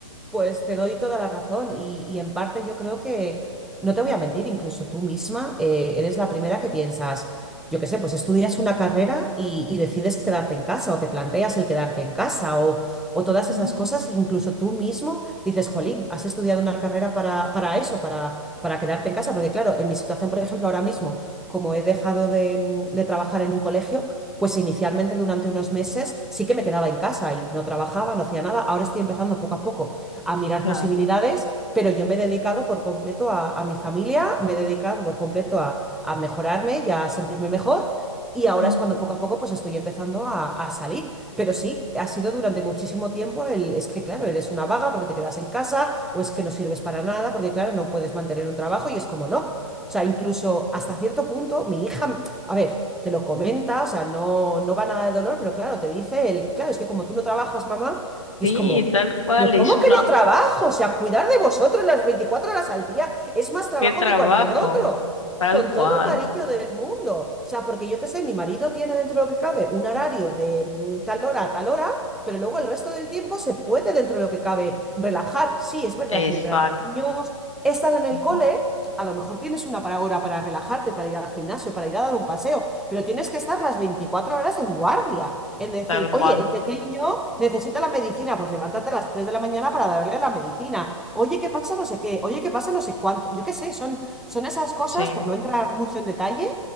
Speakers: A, in the centre; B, on the left.
A: Pues te doy toda la razón y, y en parte yo creo que, no te voy a mentir, incluso tú misma eh, eres la primera que piensas, yo qué sé, pues estudias una carrera y, y decides quedarte en casa o te planteas el quedarte en casa o, o todas
B: Mm,
A: esas cosas, incluso tú mismo dices, jolín, has estudiado una carrera para, para eso, para, para quedarte en casa, porque claro, en mi situación, por ejemplo, ahora mismo, como he dejado de, mm, de trabajar en un colegio, pues inicialmente durante unos meses sí que me quedaba en casa y no trabajaba, no hacía nada, ahora estoy empezando poco a poco a mirar
B: Claro.
A: posibilidades, pero yo me he dedicado por completo a, a mi familia, me he dedicado por completo a, a mejorarme y a sentirme mejor. Y ahora
B: Ujú.
A: es cuando poco a poco pues estoy empezando a, a salir. Pero sí, ha sido durante muchísimo tiempo el, es que claro, eres una vaga porque te quedas en casa o es que no sirves para nada porque claro, no puedes mantener un trabajo y es como no. O sea, incluso hasta cierto punto, mi hija, a ver, te lo comenta, o sea, no, no va nada de dolor, pero claro, te dice el, claro, es que como tú no trabajas, mamá,
B: Sí,
A: y es como,
B: tal cual,
A: pero ¿cómo
B: ellos
A: que
B: no,
A: no trabajo? O sea, cuidar de vosotros las 24 horas al día es más trabajo
B: qué trabajo,
A: que cualquier otro.
B: tal
A: Con
B: cual,
A: todo el cariño del mundo. O sea, porque yo qué sé, mi marido tiene dentro de lo que cabe un horario de mm, tal hora a tal hora, pero luego el resto del tiempo se puede dentro de lo que cabe relajar. Sí, es verdad,
B: exacto,
A: mientras los niños están en el
B: ujú,
A: cole, a lo mejor tienes una para hora para relajarte, para ir al gimnasio, para ir a dar un paseo, pero tienes que estar las 24 horas en guardia. En decir,
B: Tal
A: oye,
B: cual,
A: el pequeño necesita la medicina, pues levántate a las 3 de la mañana para darle la medicina. Oye, ¿qué pasa? No sé qué. Oye, ¿qué pasa? No sé cuánto. Yo qué sé, son, son esas cosas,
B: sí,
A: por no entrar mucho en detalle.